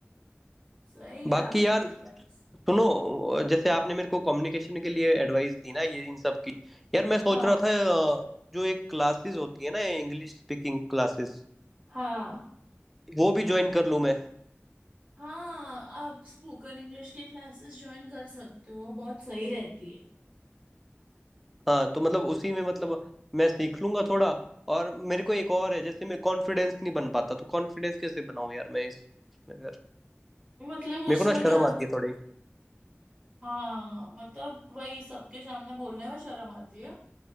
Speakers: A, on the right; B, in the centre.
A: सही है
B: बाकी
A: आपकी
B: यार
A: एडवाइस
B: सुनो अ, जैसे आपने मेरे को कम्युनिकेशन के लिए एडवाइस दी ना ये इन सब की यार मैं सोच
A: हाँ
B: रहा था अ, जो एक क्लासेस होती है ना इंग्लिश स्पीकिंग क्लासेस
A: हाँ
B: वो भी ज्वाइन कर लूँ मैं
A: हाँ आप स्पोकन इंग्लिश के क्लासेस ज्वाइन कर सकते हो बहुत सही रहती है
B: हाँ तो मतलब उसी में मतलब मैं सीख लूंगा थोड़ा और मेरे को एक और है जैसे मैं कॉन्फिडेंस नहीं बन पाता तो कॉन्फिडेंस कैसे बनाऊं यार मैं इस- इसमें फिर
A: मतलब उसमें
B: मेरे को ना शर्म
A: क्या
B: आती है थोड़ी
A: हाँ मतलब वही सबके सामने बोलने में शर्म आती है